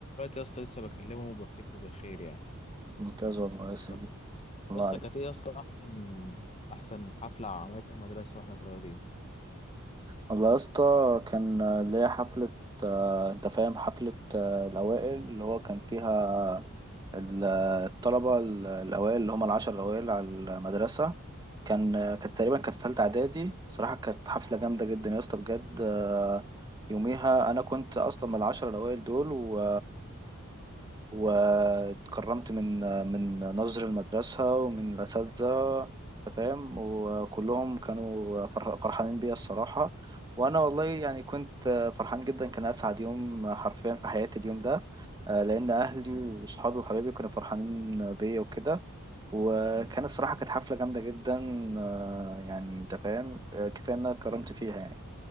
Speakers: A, on the left (about 30°); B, on the right (about 20°).
A: يا اسطى لسه بكلمه وبفتكره بالخير يعني
B: ممتاز والله يا
A: بالظبط.
B: سيدي الله
A: يا اسطى
B: عليك
A: كانت ايه يا اسطى احسن احسن حفله عملتها مدرسه واحنا صغيرين
B: والله يا اسطى كان آه، ليا حفلة آه، أنت فاهم حفلة آه، الأوائل اللي هو كان فيها ال- الطلبة ال- الأوائل اللي هم العشر الأوائل على المدرسة كان كانت تقريبا كانت تالتة إعدادي صراحة كانت حفلة جامدة جدا يا اسطى بجد آه، يوميها أنا كنت أصلا من العشر الأوائل دول و واتكرمت من من نظر المدرسة ومن الأساتذة أنت فاهم وكلهم كانوا فرح- فرحانين بيا الصراحة وأنا والله يعني كنت فرحان جدا كان أسعد يوم حرفيا في حياتي اليوم ده آه، لأن أهلي وصحابي وحبايبي كانوا فرحانين بيا وكده وكان الصراحة كانت حفلة جامدة جدا آه، يعني أنت فاهم آه، كفاية إن أنا اتكرمت فيها يعني.